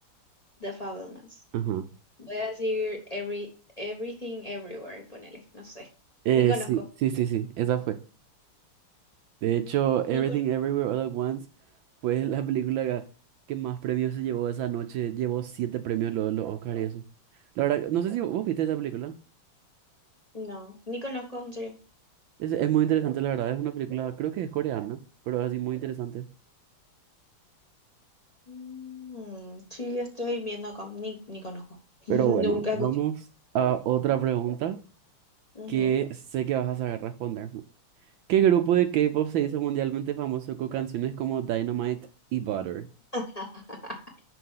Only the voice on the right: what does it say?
Ajá.
Eh,
sí, sí, sí, sí. Esa fue. De hecho, Everything
Everywhere All at Once fue la película ga- que más premios se llevó esa noche. Llevó siete premios los, los Oscar y eso. La verdad, no sé si vos viste esa película.
Es, es muy interesante, la verdad. Es una película, creo que es coreana, pero es así muy interesante.
Pero
bueno, vamos
a otra pregunta
que sé que vas a saber responderme. ¿Qué grupo de K-pop se hizo mundialmente famoso con canciones como Dynamite y Butter?